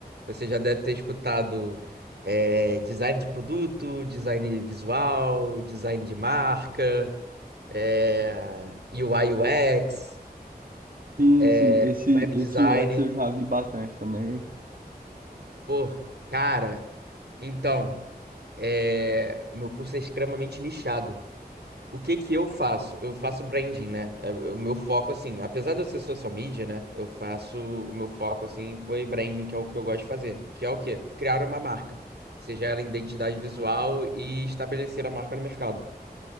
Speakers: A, on the right; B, on the right.
A: Você já deve ter escutado, é, design de produto, design visual, design de marca, é, UI UX,
B: Sim,
A: é,
B: sim, esse,
A: web
B: esse
A: design.
B: UX eu já vi bastante também.
A: Pô, cara, então, é, o meu curso é extremamente nichado. O que que eu faço? Eu faço branding, né? É, O meu foco, assim, apesar de eu ser social media, né? Eu faço, o meu foco, assim, foi branding, que é o que eu gosto de fazer. Que é o quê? Criar uma marca. Seja ela identidade visual e estabelecer a marca no mercado.